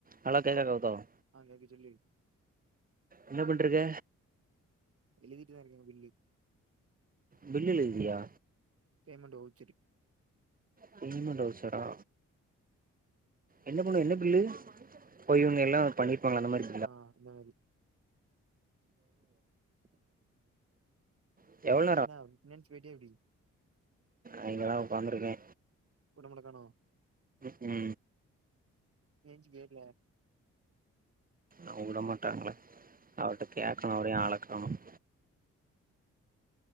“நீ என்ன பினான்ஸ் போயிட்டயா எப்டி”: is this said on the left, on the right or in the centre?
Right